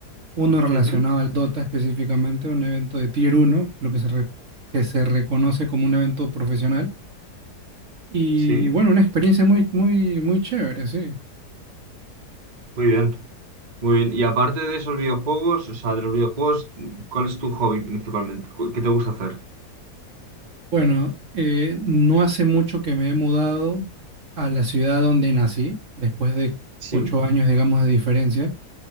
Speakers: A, on the right; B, on the right.
A: Uno relacionado
B: ujú,
A: al Dota específicamente, un evento de Tier uno lo que se, re- que se reconoce como un evento profesional Y
B: Sí,
A: bueno, una experiencia muy, muy, muy chévere, sí.
B: muy bien, muy bien. Y aparte de esos videojuegos, o sea, de los videojuegos, ¿cuál es tu hobby principalmente? ¿Cu- ¿Qué te gusta hacer?
A: Bueno, eh, no hace mucho que me he mudado a la ciudad donde nací, después de
B: Sí,
A: ocho años, digamos, de diferencia.